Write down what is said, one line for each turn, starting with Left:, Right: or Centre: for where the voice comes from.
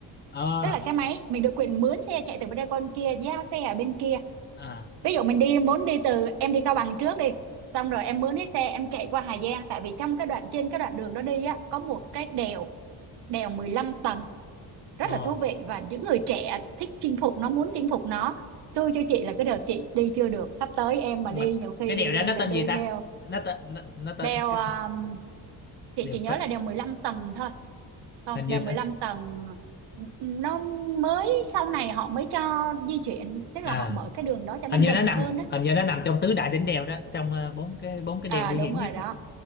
Left: ờ
Right: tức là xe máy mình được quyền mướn xe chạy từ bên đây qua bên kia giao xe ở bên kia
Left: à
Right: ví dụ mình đi muốn đi từ em đi Cao Bằng trước đi xong rồi em mướn cái xe em chạy qua Hà Giang tại vì trong cái đoạn trên cái đoạn đường đó đi á có một cái đèo đèo 15 tầng rất
Left: ờ
Right: là thú vị và những người trẻ thích chinh phục nó muốn chinh phục nó xui cho chị là cái đợt chị đi chưa được sắp tới em mà
Left: mà
Right: đi nhiều khi
Left: cái đèo đó nó
Right: lại
Left: tên
Right: đu
Left: gì ta
Right: theo
Left: nó tên nó, nó tên
Right: đeo
Left: cái
Right: um, chị
Left: đèo
Right: chỉ nhớ
Left: phệ
Right: là đeo 15 tầng thôi không
Left: hình như
Right: đèo 15
Left: nó,
Right: tầng nó mới sau này họ mới cho di chuyển tức
Left: à
Right: là họ mở cái đường đó cho nó
Left: hình như
Right: gần
Left: nó nằm
Right: hơn á
Left: hình như nó nằm trong tứ đại đỉnh đèo đó trong ờ, bốn cái bốn cái
Right: à
Left: đèo nguy
Right: đúng
Left: hiểm
Right: rồi
Left: nhất
Right: đó
Left: á.